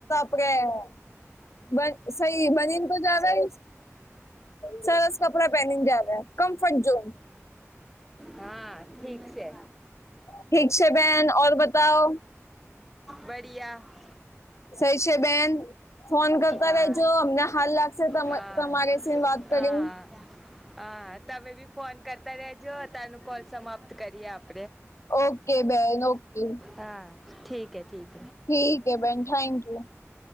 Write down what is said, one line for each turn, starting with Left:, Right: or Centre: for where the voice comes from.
Left: બ સહી બનીને તો જ સરસ કપડા પહેનીને જ આવ્યા કમ્ફર્ટ ઝોન
Centre: હા ઠીક છે
Left: ઠીક છે બેન ઓર બતાવ
Centre: બડિયા
Left: સહી સે બેન ફોન કરતા
Centre: હા
Left: રેજો અમને હાલ લાગશે
Centre: હા
Left: તમારી સ વાત
Centre: હા
Left: કરીને
Centre: હા તમે બી ફોન કરતા રજો અતારનું કોલ સમાપ્ત કરીએ આપ
Left: ઓકે બેન ઓકે
Centre: હા ઠીક એ ઠીક
Left: ઠીક હ બેન થેન્ક યુ